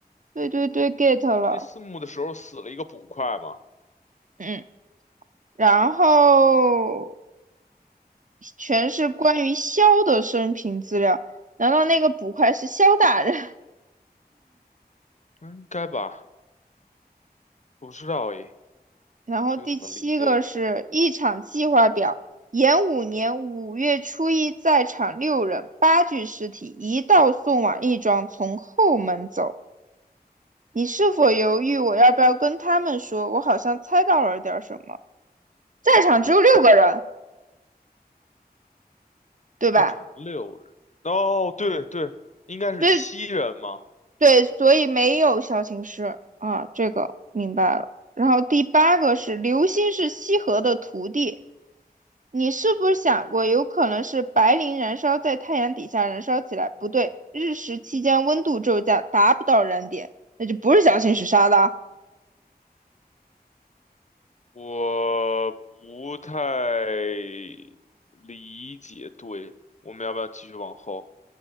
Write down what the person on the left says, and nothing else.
第四幕的时候死了一个捕快嘛，
嗯应该吧？我不知道诶，
这个怎么理解？
我
在场六人，哦，对对，应该是七人嘛，
我不太理解。对，我们要不要继续往后？